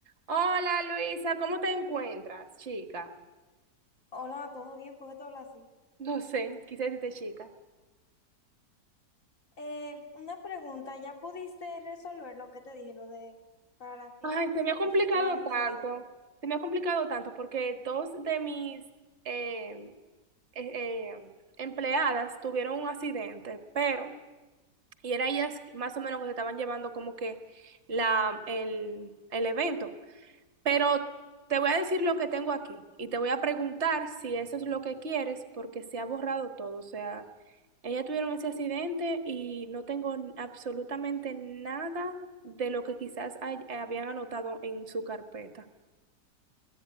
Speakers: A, on the right; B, on the left.
A: Hola Luisa, ¿cómo te encuentras, chica?
B: Hola, ¿todo bien? ¿Por qué te hablas así?
A: No sé, quise decirte chica.
B: Eh, una pregunta, ¿ya pudiste resolver lo que te dije, lo de para la fiesta,
A: Ay,
B: la
A: se
B: sorpresa
A: me ha complicado
B: que le vamos
A: tanto,
B: a hacer?
A: se me ha complicado tanto porque dos de mis eh, eh, eh, empleadas tuvieron un accidente, pero, y era ellas más o menos que se estaban llevando como que la, el, el evento, Pero te voy a decir lo que tengo aquí y te voy a preguntar si eso es lo que quieres porque se ha borrado todo. O sea, ella tuvieron ese accidente y no tengo n- absolutamente nada de lo que quizás hay- habían anotado en su carpeta.